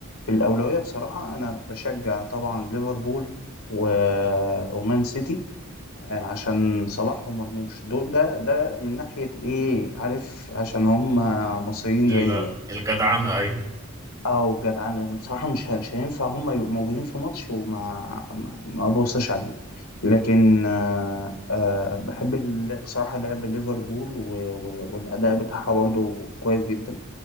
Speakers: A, on the left; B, on the right.
A: في الاولوية بصراحة انا بشجع طبعا ليفربول و... ومان سيتي آه، عشان صلاح ومرموش دول ده ده من ناحية الايه عارف عشان هم مصريين
B: ال-
A: زيي يعني.
B: الجدعنة أيوه
A: او جدعان لان بصراحه مش ه- مش هينفع هم يبقوا موجودين في ماتش وما ما, ما ابصش عليه لكن آه آه بحب ال- بصراحه لعب ليفربول و- و- والاداء بتاعها برضه كويس جدا